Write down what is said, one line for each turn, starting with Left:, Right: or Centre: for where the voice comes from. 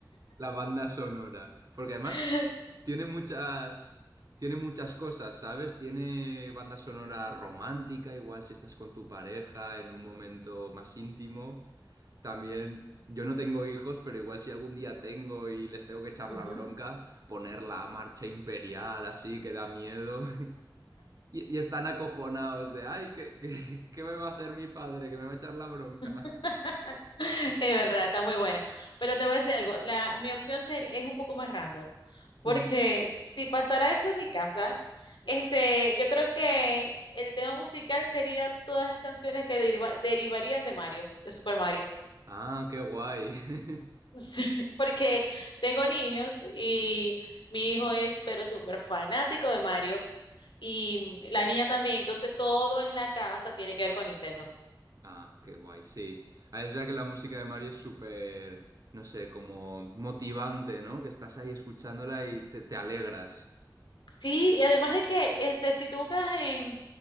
Right: La banda sonora. Porque además
Left: <laughs>
Right: tiene muchas, tiene muchas cosas, ¿sabes? Tiene banda sonora romántica, igual si estás con tu pareja en un momento más íntimo. También, yo no tengo hijos, pero igual si algún día tengo y les tengo que echar
Left: Ujú.
Right: la bronca, poner la marcha imperial así que da miedo. <laughs> Y, y están acojonados de, ay, ¿qué, qué, qué me va a hacer mi padre? Que me va a echar la bronca.
Left: <laughs> Es verdad, está muy buena. Pero te voy a decir algo, la, mi opción ser- es un poco más random, porque
Right: Mm.
Left: si pasara eso en mi casa, este, yo creo que el tema musical sería todas las canciones que deriva- derivarían de Mario, de Super Mario.
Right: Ah, qué guay. <laughs>
Left: <laughs> Sí, porque tengo niños y mi hijo es pero súper fanático de Mario y la niña también, entonces todo en la casa tiene que ver con Nintendo.
Right: Ah, qué guay, sí. Ah, Es verdad que la música de Mario es súper, no sé, como motivante, ¿no? Que estás ahí escuchándola y te, te alegras.
Left: Sí, y además de que este, si tú buscas en